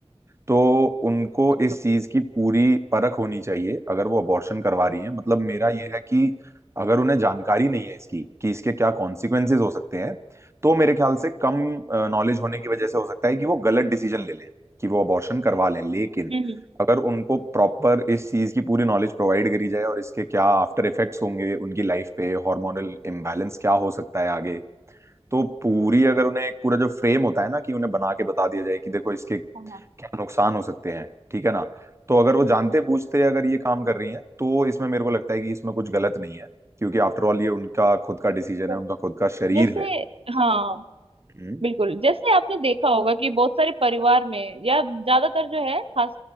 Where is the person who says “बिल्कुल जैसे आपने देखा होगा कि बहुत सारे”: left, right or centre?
Right